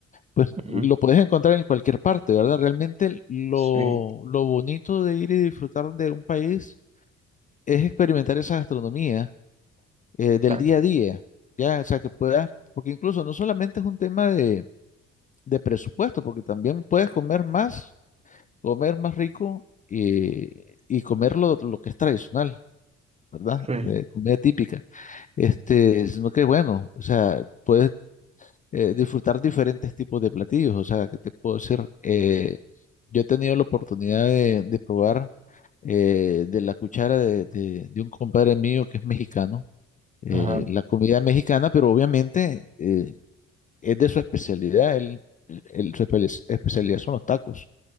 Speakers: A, on the left; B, on the right.
A: pues
B: ujú.
A: lo puedes encontrar en cualquier parte, ¿verdad? Realmente l- lo,
B: Sí,
A: lo bonito de ir y disfrutar de un país es experimentar esa gastronomía eh, del
B: Claro.
A: día a día, ¿ya? O sea, que puedas, porque incluso no solamente es un tema de, de presupuesto, porque también puedes comer más, comer más rico. eh, y comer lo lo que es tradicional. ¿verdad?
B: sí.
A: De comida típica. Este, sino que bueno, o sea, puedes eh, disfrutar diferentes tipos de platillos. O sea, que te puedo decir? Eh, yo he tenido la oportunidad de, de probar eh, de la cuchara de, de- de un compadre mío que es mexicano, eh,
B: Ajá.
A: la comida mexicana, pero obviamente eh, es de su especialidad. Él, él- su espe- especialidad son los tacos.